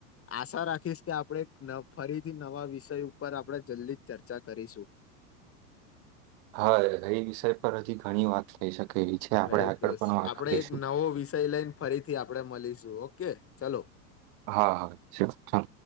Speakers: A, on the left; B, on the right.
A: આશા રાખીશ કે આપણે ફરીથી નવા વિષય ઉપર આપણે જલ્દી ચર્ચા કરીશું
B: હા એ વિષય પર હજી ઘણી વાત થઈ શકે એવી છે આપણે
A: રાઈ
B: આગળ પણ વાત
A: આપડે
B: કરીશું
A: એક નવો વિષય લઈને ફરીથી આપડે મળીશું ઓકે ચાલો
B: હા હા શીસા